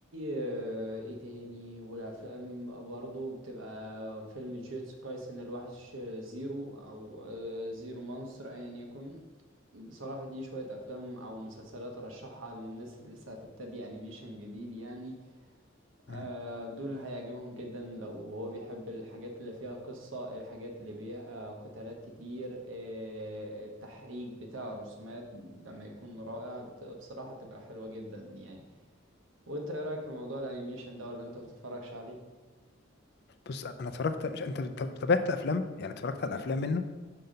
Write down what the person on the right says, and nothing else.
آه، ايه تاني والافلام برضو بتبقى فيلم جيتسو كايسن الوحش زيرو او آه، زيرو مانستر ايا يكن بصراحة دي شوية أفلام أو مسلسلات أرشحها للناس اللي لسه هتبتدي أنيميشن جديد يعني
آه، دول هيعجبهم جدا لو هو بيحب الحاجات اللي فيها قصة الحاجات اللي فيها آه، قتالات كتير آه، التحريك بتاع الرسومات لما يكون رائع بت- بصراحة تبقى حلوة جدا يعني وأنت إيه رأيك في موضوع الأنيميشن ده ولا أنت بتتفرجش عليه؟